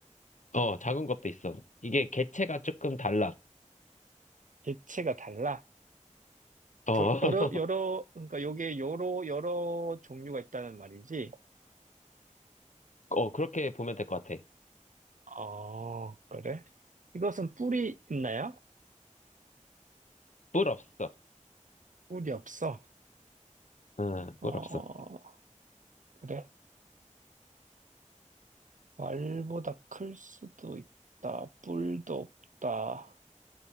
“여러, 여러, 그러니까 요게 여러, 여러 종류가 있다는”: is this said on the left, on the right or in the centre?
Right